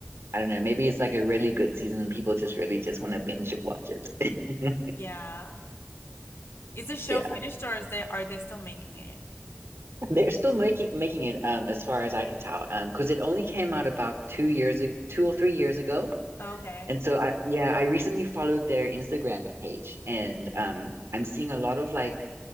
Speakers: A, on the right (about 90°); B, on the left (about 75°).
A: I don't know, maybe it's like a really good season. and People just really just want to binge watch it. <laughs>
B: Yeah. Is the show
A: Yeah,
B: finished or is they are they still making it?
A: they're still making making it um as far as I can tell um because it only came out about two years ag- two or three years ago
B: Okay.
A: And so I yeah, I recently followed their Instagram page and
B: Mm.
A: um I'm seeing a lot of like